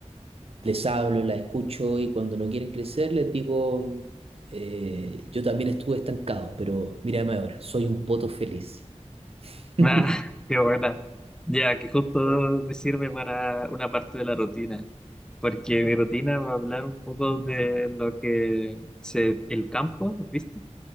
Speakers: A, on the right; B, in the centre.
A: les hablo, las escucho y cuando no quieren crecer les digo, eh, yo también estuve estancado, pero mírame ahora, soy un poto feliz. <laughs>
B: Ah, <laughs> qué buena. Ya, que justo me sirve para una parte de la rutina, porque mi rutina va a hablar un poco de lo que se, el campo, ¿viste?